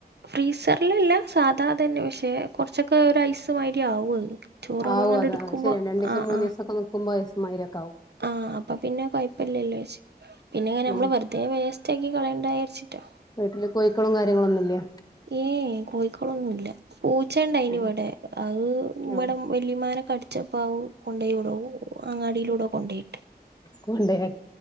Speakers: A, on the right; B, on the left.
A: ഫ്രീസർലല്ല സാധാ തന്നെ പക്ഷെ കൊർച്ചൊക്കെ ഒര് ഐസ് മായ്രി ആവും അത് ചോറ്
B: ആവും
A: നമ്മളങ്ങാണ്ട്
B: അത്
A: എടുക്കുമ്പോ
B: അത് ശെരിയെന്നെ രണ്ടീസം
A: ആഹ്
B: മൂന്നീസൊക്കെ
A: ആഹ്
B: നിക്കുംമ്പം ഐസ് മായ്ര്യൊക്കാവും
A: ആഹ് അപ്പ പിന്നെ കൊയ്പ്പല്ല്യല്ലോര്ച് പിന്നെങ്ങെനെ
B: ഉം
A: മ്മള് വെർതെ വേസ് റ്റാക്കി കളയണ്ടായാര്ച്ചിട്ടാ
B: വീട്ടില് കോയിക്കളും കാര്യങ്ങളൊന്നുല്ലേ
A: ഏഹ് എഹ് കോഴിക്കളൊന്നുല്ല പൂച്ചണ്ടായ്നിവെടെ
B: ആഹ്
A: അത്
B: ആഹ്
A: വെടെ വല്ലിമ്മാനെ കടിച്ചപ്പം അവും കൊണ്ടാേയി ഒവ്ടോ അങ്ങാടീലൊവ്ടാേ കൊണ്ടേയ്
B: കൊണ്ടേ